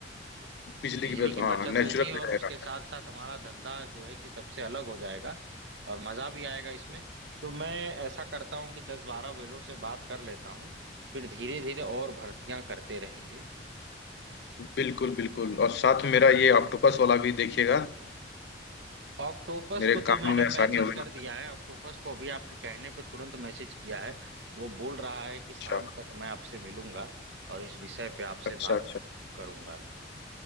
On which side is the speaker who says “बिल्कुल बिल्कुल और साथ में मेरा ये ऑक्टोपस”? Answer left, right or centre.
Left